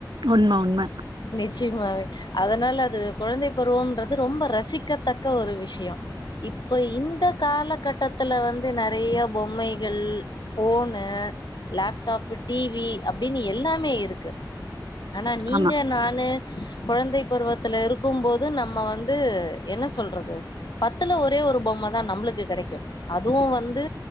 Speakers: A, on the right; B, on the left.
A: உண்ம உண்ம
B: நிச்சயமா அதனால அது கொழந்தை பருவம்ன்றது ரொம்ப ரசிக்கத்தக்க ஒரு விஷயம் இப்ப இந்த காலகட்டத்துல வந் வந்து நறையா பொம்மைகள் ஃபோனு லேப்டாப்பு டி வி அப்டின்னு எல்லாமே இருக்கு அனா நீங்க
A: ஆமா
B: நானு கொழந்தை பருவத்துல இருக்கும் போது நம்ம வந்து என்ன சொல்றது பத்துல ஒரே ஒரு பொம்ம தா நம்மளுகு கெடைக்கு அது அதுவு வந்து